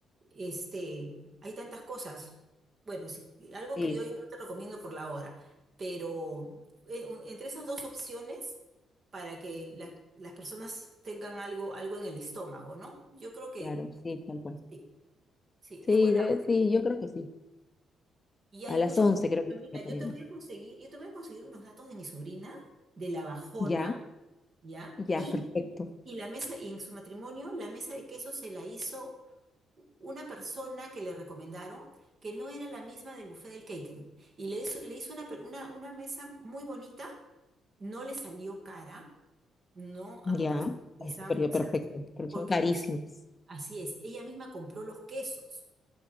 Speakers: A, on the right (about 45°); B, on the left (about 25°).
A: Este, hay tantas cosas. Bueno, si, algo
B: sí,
A: criollo no te recomiendo por la hora, pero eh, un- entre esas dos opciones, para que la- las personas tengan algo, algo en el estómago, ¿no? Yo creo que...
B: claro, sí, tal cual.
A: sí. Sí,
B: Sí,
A: es buena.
B: debe- sí, yo creo que sí.
A: Y hay
B: A las
A: muchos.
B: 11 creo que
A: Mira,
B: me estoy
A: yo
B: poniendo.
A: te voy a conseguir, yo te voy a conseguir unos datos de mi sobrina, de la Bajona,
B: Ya,
A: ¿ya?
B: ya,
A: Y,
B: perfecto.
A: y la mesa, y en su matrimonio, la mesa de queso se la hizo una persona que le recomendaron, que no era la misma del buffet del catering. Y le hizo, le hizo una, per- una, una mesa muy bonita, no le salió cara, no a
B: Ya,
A: comparación de lo que
B: ese
A: le estaban
B: periodo
A: cotizando,
B: perfecto, pero
A: porque
B: son carísimos.
A: inclusive, así es, ella misma compró los quesos